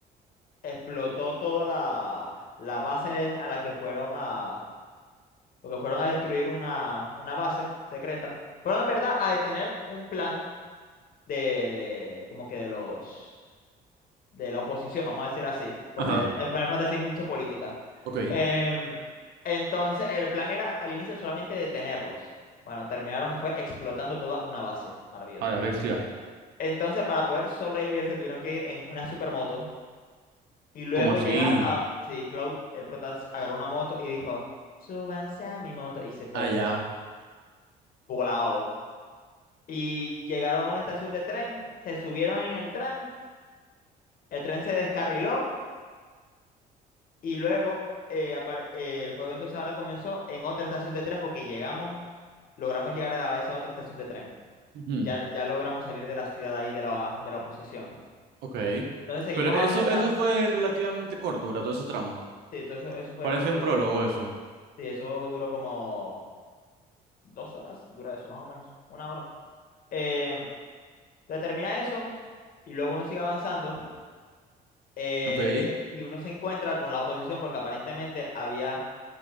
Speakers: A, on the left; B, on the right.
A: explotó toda la, la base a la que fueron a, porque fueron a destruir una, una base secreta. Fueron en verdad a detener un plan de, de- como que de los, de la oposición, vamos a decir así, porque
B: Ajá.
A: en Final Fantasy hay mucha política.
B: Ok.
A: Em, entonces, el plan era al inicio solamente detenerlos. Bueno, terminaron, fue explotando toda una base. Maravilloso.
B: A la bestia.
A: Entonces, para poder sobrevivir, se tuvieron que ir en una supermoto. Y luego
B: ¿Cómo así?
A: llegar a... Sí, Cloud, el prota, agarró una moto y dijo, súbanse a mi moto. Y se fue
B: Allá.
A: volado. Y llegaron a una estación de tren, se subieron en el tren, el tren se descarriló Y luego eh, apare- eh, el juego entonces ahora comenzó en otra estación de tren porque llegamos, logramos llegar a esa otra estación de tren.
B: Ujú.
A: Ya, ya logramos salir de la ciudad ahí de la, de la oposición.
B: Ok.
A: Entonces seguimos
B: Pero eso,
A: avanzando.
B: eso fue relativamente corto, ¿verdad? Todo ese tramo.
A: Sí, todo eso, eso fue
B: Parece
A: relativamente
B: un prólogo
A: corto.
B: eso.
A: Sí, eso duró como dos horas, dura eso más o menos, una hora. Eh, entonces termina eso y luego uno sigue avanzando eh,
B: Ok.
A: y uno se encuentra con la oposición porque aparentemente había